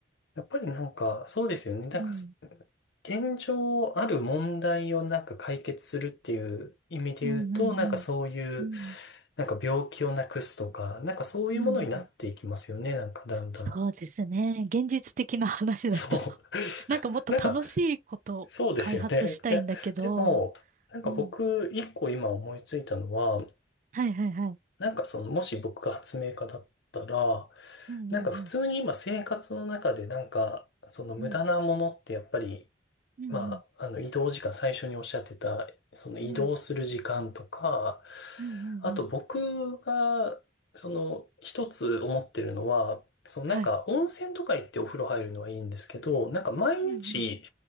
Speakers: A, on the left (about 65°); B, on the right (about 40°).
A: やっぱりなんか、そうですよね。なんか、
B: うん。
A: 現状ある問題をなんか解決するっていう意味で言うと、
B: うんうん
A: なんかそういう、
B: うん。うん。
A: なんか病気をなくすとか、なんかそういうものになっていきますよね。
B: うんうん
A: なんかだんだん。
B: そうですね。現実的な話だと
A: そう。
B: <laughs>
A: <laughs>
B: なんかもっと楽しいことを開発したいんだけど、
A: なんか、そうですよね。いや、でも、なんか僕、
B: うん。
A: 一個今思いついたのは、
B: はいはいはい。
A: なんかその、もし僕が発明家だったら、
B: うんうんうん。
A: なんか普通に今生活の中でなんか、その無駄なものってやっぱり
B: うんうん
A: まあ、あの移動時間、最初におっしゃってた、その移動する時間とか、
B: うん。うんうんうんうん。
A: あと僕が、その一つ思ってるのは、そのなんか温泉とか行ってお風呂入るのはいいんですけど、
B: はい。
A: なんか毎日、
B: うんうん。